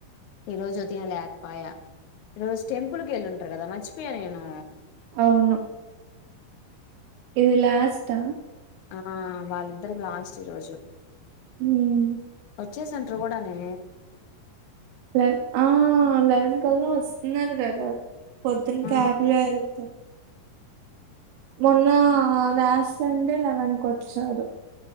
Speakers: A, on the left; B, on the right.
A: ఈరోజు ఉదయం లేకపో. పాయ రోజు టెంపుల్కి వెళ్ళింటారు కదా మర్చిపోయా నేను.
B: అవును ఇది లాష్ట.
A: ఆ వాళ్ళిద్దరికి లాస్ట్ ఈ రోజు.
B: హామ్.
A: వచ్చేసంట్ర కూడానే.
B: లె ఆ లెవెన్ కల్లా వస్తున్నారు కదా. పొద్దున్న
A: ఆ
B: క్యాబ్ లో వెళ్తారు. మొన్న లాస్ట్ సండే లెవెన్కి వచ్చారు.